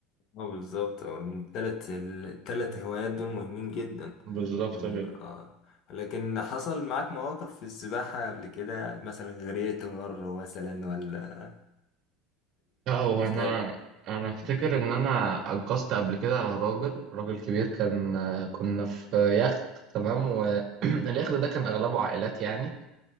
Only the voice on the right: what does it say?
بالظبط
كده
لا هو
انا انا افتكر
ان انا انقذت قبل كده راجل راجل كبير كان كنا في يخت تمام واليخت <clears throat> ده كان اغلبه عائلات يعني